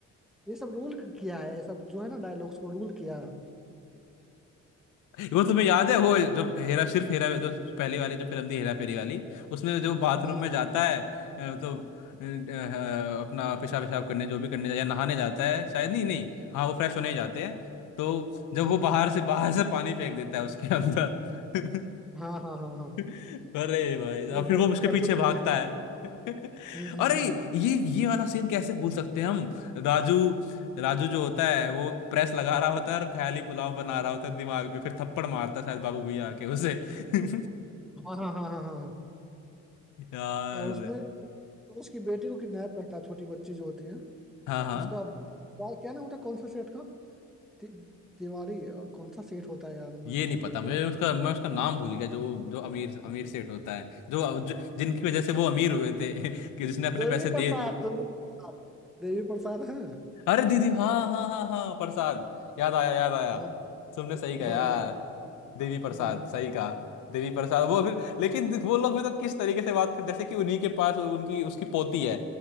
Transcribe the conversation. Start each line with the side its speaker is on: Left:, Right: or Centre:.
Centre: ये सब रूल किया है ये सब जो है ना डायलॉग्स को रूल किया है।
Left: वो तुम्हें याद है वो जो हेरा सिर्फ हेरा जो पहले वाली जो फिल्म थी हेरा फेरी वाली उसमें जो बाथरूम
Centre: हम्म
Left: में जाता है अ, मतलब अ, अ, अपना पेशाब पेशाब करने जो भी करने जाता है या नहाने जाता है शायद नहीं नहीं हाँ वो फ्रेश होने ही जाते हैं तो जब
Centre: हम्म
Left: वो बाहर से बाहर से पानी फेंक देता है उसके अंदर <laughs>
Centre: हाँ हाँ हाँ हाँ
Left: <laughs> अरे भाई और
Centre: अरे
Left: फिर
Centre: जल,
Left: वो उसके
Centre: जल्दी
Left: पीछे भागता
Centre: तो मिल-
Left: है <laughs> अरे
Centre: हम्म हम्म हम्म
Left: ये ये वाला सीन कैसे भूल सकते हैं हम राजू राजू जो होता है वो प्रेस लगा रहा होता है और ख्याली पुलाव बना रहा होता है दिमाग में फिर थप्पड़ मारता है शायद बाबू भैया आके उसे <laughs>
Centre: हाँ हाँ हाँ हाँ हाँ हाँ।
Left: यार
Centre: और उसमें तो उसकी बेटी को किडनैप करता है छोटी बच्ची जो होती है
Left: हाँ हाँ
Centre: उसका क्या क्या नाम होता है कौन सा सेठ का ति, तिवारी और कौन सा सेठ होता है यार मैं
Left: ये
Centre: नाम
Left: नहीं पता
Centre: भूल गया
Left: मुझे
Centre: उसका
Left: उसका मैं उसका नाम भूल गया जो जो अमीर अमीर
Centre: हम्म,
Left: सेठ होता है जो, जो जिनकी
Centre: हम्म।
Left: वजह से वो अमीर हुए थे <laughs> कि जिसने अपने
Centre: देवी
Left: पैसे
Centre: प्रसाद
Left: दे
Centre: देवी प्रसाद देवी प्रसाद है
Left: अरे दीदी हाँ हाँ हाँ हाँ प्रसाद याद आया याद आया
Centre: हाँ देवी
Left: तुमने सही
Centre: प्रसाद
Left: कहा यार
Centre: नाम होता है
Left: देवी प्रसाद
Centre: हम्म
Left: सही कहा देवी प्रसाद वो फिर लेकिन वो लोग भी तो किस तरीके से बात कर जैसे कि उन्हीं के पास उनकी उसकी पोती है